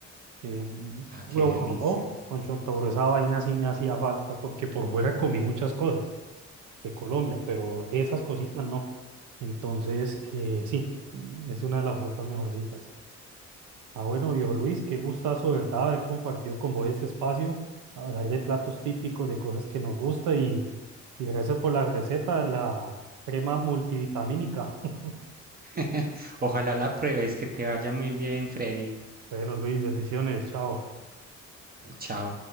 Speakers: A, on the right; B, on the right.
A: Eh,
B: Ah,
A: jugo
B: qué
A: de
B: delicia.
A: borobó con chontaduro, esa vaina sí me hacía falta porque por fuera comí muchas cosas de Colombia, pero esas cositas no. Entonces, eh, sí, es una de las frutas mejorcitas. Ah, bueno, viejo Luis, qué gustazo, ¿verdad? Haber compartido con vos este espacio, hablar de platos típicos, de cosas que nos gusta y, y gracias por la receta de la crema multivitamínica. <laughs>
B: <laughs> Ojalá la pruebes, que te vaya muy bien, Freddy.
A: Bueno, Luis, bendiciones, chao.
B: Chao.